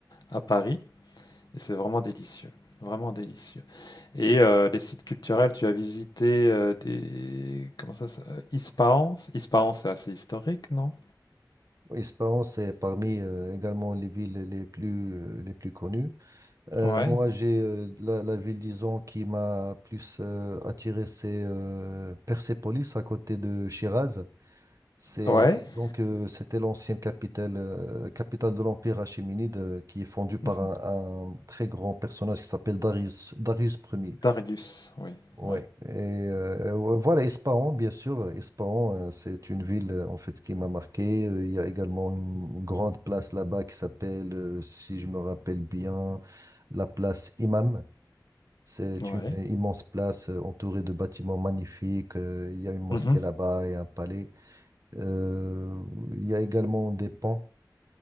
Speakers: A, on the left; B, on the right.
A: à Paris, et c'est vraiment délicieux, vraiment délicieux. Et euh, les sites culturels, tu as visité euh, des... Comment ça, ça euh, Ispahan? Ispahan, c'est assez historique, non?
B: Espérance est parmi euh, également les villes les plus, euh, les plus connues. Euh,
A: Ouais.
B: moi, j'ai euh, la, la ville, disons, qui m'a plus euh, attiré, c'est euh, Persépolis, à côté de Shiraz. C'est,
A: Ouais.
B: disons
A: <laughs>
B: que c'était l'ancienne capitale, euh, capitale de l'Empire achéménide, euh, qui est fondue par
A: Mhm.
B: un, un très grand personnage qui s'appelle Darius, Darius Ier.
A: Darius, oui.
B: Ouais.
A: ouais.
B: Et euh, ouais, voilà, Ispahan, bien sûr. Ispahan, euh, c'est une ville, euh, en fait, qui m'a marqué. Euh, Il y a également une grande place là-bas qui s'appelle, euh, si je me rappelle bien, la place Imam. C'est
A: Ouais.
B: une immense place euh, entourée de bâtiments magnifiques. euh, Il y a une mosquée
A: Mhm.
B: là-bas et un palais. Euh, il y a également des ponts,